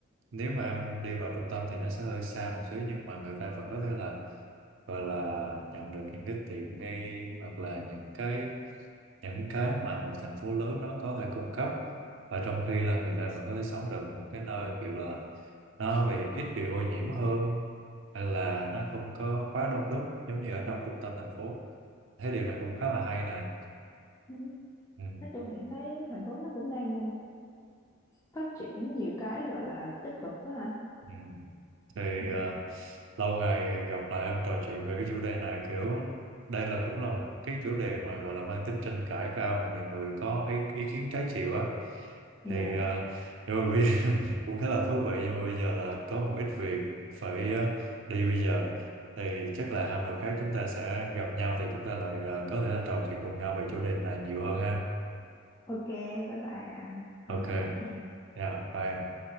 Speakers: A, on the right; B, on the left.
A: nếu mà em đi vào trung tâm thì nó sẽ hơi xa một xíu nhưng mà người ta vẫn có thể là gọi là nhận được những cái tiện nghi hoặc là những cái những cái mà một thành phố lớn nó có thể cung cấp và trong khi là người ta vẫn có thể sống được một cái nơi kiểu là nó bị ít bị ô nhiễm hơn hay là nó không có quá đông đúc giống như ở trong trung tâm thành phố thế điều này cũng khá là hay nè
B: Ừ.
A: ừ.
B: nói chung hiện nay thành phố nó cũng đang phát triển nhiều cái gọi là tích cực đó anh
A: Ừ. thì
B: dạ
A: à, lâu ngày gặp lại em trò chuyện về cái chủ đề này kiểu đây là cũng là một cái chủ đề mà gọi là mang tính tranh cãi cao mà nhiều người có ý, ý kiến trái chiều á
B: dạ
A: thì à, nhưng mà bây <laughs> cũng khá là thú vị nhưng mà bây giờ là có một ít việc phải à, đi bây giờ thì chắc là hôm nào khác chúng ta sẽ gặp nhau thì chúng ta lại à, có thể là trò chuyện cùng nhau về chủ đề này nhiều hơn ha
B: ok bye bye anh hôm
A: ok
B: nào gặp hè
A: yeah, bye em.